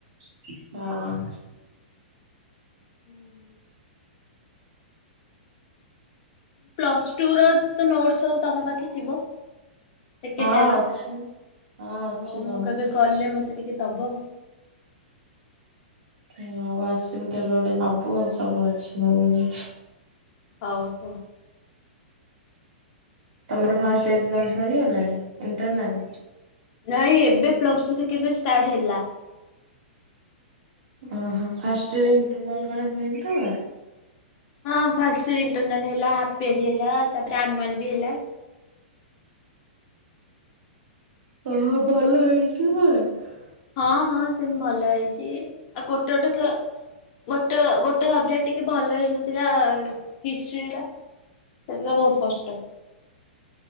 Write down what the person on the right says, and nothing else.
ହଁ।
ହଁ
ଅଛି ହଁ ଅଛି
ସବୁ।
ହଁ ଆଉ ଆସିକି କେବେ ଗୋଟେ ନବ ଆଉ ସବୁ ଅଛି ମୋ ପାଖେ।
ତୋମର ଫାଷ୍ଟ ଏକ୍ଜାମୂ ସରିଗଲାଣି ଇଣ୍ଟରନାଲ୍?
ଓହୋ, ଫାଷ୍ଟ ଇୟରୂ ରେ ଇଣ୍ଟରନାଲ୍ ଗଣା ହୁଏନି ତ
ଓ ହଁ ଭଲ ହେଇଛି <unintelligible>